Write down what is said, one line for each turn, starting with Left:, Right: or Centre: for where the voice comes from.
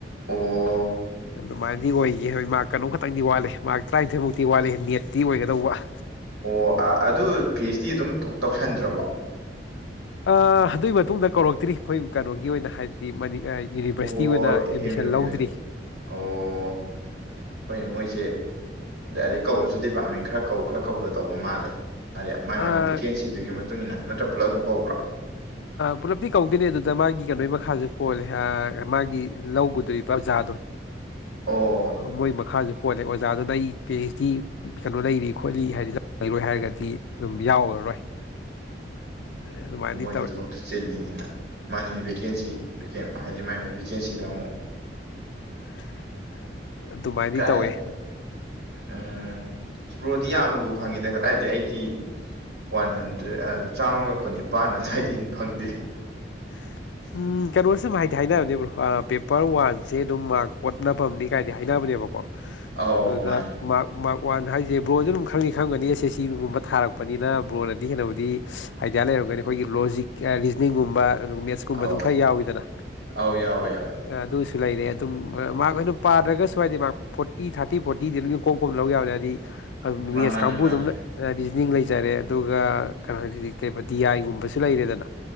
Right: ꯑꯣ
Left: ꯑꯗꯨꯃꯥꯏꯅꯗꯤ ꯑꯣꯏꯒꯤ ꯍꯣꯏ ꯃꯥꯛ ꯀꯅꯣ ꯈꯇꯪꯗꯤ ꯋꯥꯠꯂꯤ ꯃꯥꯔꯛ ꯇꯔꯥꯏꯟꯊꯣꯏꯃꯨꯛꯇꯤ ꯋꯥꯠꯂꯤ ꯅꯦꯠꯇꯤ ꯑꯣꯏꯒꯗꯧꯕ
Right: ꯑꯣ ꯑꯗꯨ ꯄꯤ ꯑꯩꯁ ꯗꯤ ꯑꯗꯨꯝ ꯇꯧꯁꯟꯗ꯭ꯔꯕꯣ
Left: ꯑꯥ ꯑꯗꯨꯏ ꯃꯇꯨꯡꯗ ꯀꯧꯔꯛꯇ꯭ꯔꯤ ꯍꯣꯏ ꯀꯩꯅꯣꯒꯤ ꯑꯣꯏꯅ ꯍꯥꯏꯕꯗꯤ ꯃꯅꯤ ꯌꯨꯅꯤꯚꯔꯁꯤꯇꯤ
Right: ꯑꯣ
Left: ꯑꯣꯏꯅ
Right: ꯑꯦꯝ
Left: ꯑꯦꯗꯃꯤꯁꯟ
Right: ꯌꯨꯒꯤ
Left: ꯂꯧꯗ꯭ꯔꯤ
Right: ꯑꯣ ꯍꯣꯏ ꯃꯣꯏꯁꯦ ꯗꯥꯢꯔꯦꯛ ꯀꯧꯔꯁꯨ ꯗꯤꯄꯥꯔꯠꯃꯦꯟ ꯈꯔ ꯀꯧ ꯈꯔ ꯀꯧꯗ ꯇꯧꯕ ꯃꯥꯜꯂꯦ ꯍꯥꯏꯗꯤ ꯃꯥꯏ ꯃꯥꯒꯤ
Left: ꯑꯥ
Right: ꯚꯦꯀꯦꯟꯁꯤꯗꯨꯒꯤ ꯃꯇꯨꯡꯏꯟꯅ ꯅꯠꯇ꯭ꯔ ꯄꯨꯂꯞ ꯑꯗꯨꯝ ꯀꯧꯕ꯭ꯔꯥ
Left: ꯄꯨꯂꯞꯇꯤ ꯀꯧꯗꯣꯏꯅꯦ ꯑꯗꯨꯗ ꯃꯥꯒꯤ ꯀꯩꯅꯣꯒꯤ ꯃꯈꯥꯁꯨ ꯄꯣꯜꯂꯦ ꯑꯥ ꯃꯥꯒꯤ ꯂꯧꯒꯗꯣꯔꯤꯕ ꯖꯥ
Right: ꯑꯣ
Left: <unintelligible> ꯃꯣꯏ ꯃꯈꯥꯥꯖꯨ ꯜꯂꯦ ꯑꯣꯖꯥꯗꯨꯅ ꯑꯩ ꯄꯤ ꯑꯩꯆ ꯗꯤ ꯀꯩꯅꯣ ꯂꯩꯔꯤ ꯈꯣꯠꯂꯤ ꯍꯥꯏꯗꯤ ꯂꯩꯔꯣꯏ ꯍꯥꯏꯔꯒꯗꯤ ꯑꯗꯨꯝ ꯌꯥꯎꯔꯔꯣꯏ ꯑꯗꯨꯃꯥꯏꯗꯤ
Right: ꯊꯕꯛꯇꯣ ꯆꯤꯜꯂꯤꯅꯤꯅ ꯃꯥꯅꯤꯅ ꯚꯦꯀꯦꯟꯁꯤ ꯍꯥꯏꯗꯤ ꯃꯥꯏ ꯃꯥꯏ ꯚꯦꯀꯦꯟꯁꯤꯗ ꯑꯃꯨꯛ
Left: <inaudible>
Right: ꯀꯥꯏ
Left: ꯇꯧꯋꯦ
Right: ꯎꯝ ꯏꯁ ꯕ꯭ꯔꯣꯗꯤ ꯌꯥꯝꯅꯕꯨ ꯐꯪꯉꯤꯗ ꯀꯗꯥꯏꯗꯩ ꯑꯩꯗꯤ ꯋꯥꯟ ꯍꯟꯗ꯭ꯔꯦꯠ ꯆꯥꯝꯃꯒ ꯀꯨꯟꯅꯤꯄꯥꯟ ꯑꯗꯨ꯭ꯋꯥꯏꯗꯩ ꯍꯦꯟꯅ ꯐꯪꯗꯦ
Left: <inaudible> ꯎꯝ ꯀꯩꯅꯣꯁꯤꯝ ꯍꯥꯏꯗꯤ ꯍꯥꯏꯅꯕꯅꯦ ꯕ꯭ꯔꯣ ꯄꯦꯄꯔ ꯋꯥꯟꯁꯦ ꯑꯗꯨꯝ ꯃꯥꯔꯛ ꯀꯣꯠꯅꯐꯝꯅꯤ ꯀꯥꯏꯗꯤ ꯍꯥꯏꯅꯕꯅꯦꯕꯀꯣ
Right: ꯑꯧ
Left: ꯑꯗꯨꯗ
Right: ꯃꯥꯅꯦ
Left: ꯃꯥꯛ ꯃꯥꯛ ꯋꯥꯟ ꯍꯥꯏꯁꯦ ꯕ꯭ꯔꯣꯁꯨ ꯑꯗꯨꯝ ꯈꯪꯗꯤ ꯈꯪꯉꯝꯒꯅꯤ ꯁꯦ ꯁꯤ ꯅꯨꯡꯒꯨꯝꯕ ꯊꯥꯔꯛꯄꯅꯤꯅ ꯕ꯭ꯔꯣꯅꯕꯨꯗꯤ ꯍꯦꯟꯅꯕꯨꯗꯤ ꯑꯥꯏꯗꯤꯌꯥ ꯂꯩꯔ ꯑꯗꯨꯒ ꯑꯈꯣꯏꯒꯤ ꯂꯣꯖꯤꯛ ꯔꯤꯖꯅꯤꯡꯒꯨꯝꯕ ꯑꯗꯨ ꯃꯦꯠꯁ ꯀꯨꯝꯕ
Right: ꯑꯧ
Left: ꯑꯗꯨꯝ ꯈꯔ ꯌꯥꯎꯋꯤꯗꯅ
Right: ꯑꯧ ꯌꯥꯎꯋꯦ ꯌꯥꯎꯋꯦ
Left: ꯑꯗꯨ ꯂꯩꯔꯦ ꯑꯗꯨꯝ ꯃꯥꯛ ꯑꯗꯨꯝ ꯄꯥꯗ꯭ꯔꯒꯁꯨ ꯍꯥꯏꯗꯤ ꯃꯥꯔꯛ ꯐꯣꯔꯇꯤ ꯊꯥꯔꯇꯤ ꯐꯣꯔꯇꯤꯗꯤ ꯑꯗꯨꯝ ꯏꯀꯣꯝ ꯀꯣꯝ ꯂꯧ ꯌꯥꯕꯅꯦ ꯍꯥꯏꯗꯤ ꯑꯗꯨꯝ
Right: ꯃꯥ
Left: ꯃꯦꯠꯁ
Right: ꯃꯥꯅꯦ
Left: ꯀꯥꯡꯕꯨꯗꯨꯝꯅ
Right: ꯃꯥꯅꯦ
Left: ꯍꯥꯏꯗꯤ ꯅꯤꯡ ꯂꯩꯖꯔꯦ ꯑꯗꯨꯒ ꯀꯩꯕ ꯍꯥꯏꯗꯤ ꯀꯩ ꯗꯤꯌꯥꯏꯒꯨꯝꯕꯁꯨ ꯂꯩꯔꯦꯗꯅ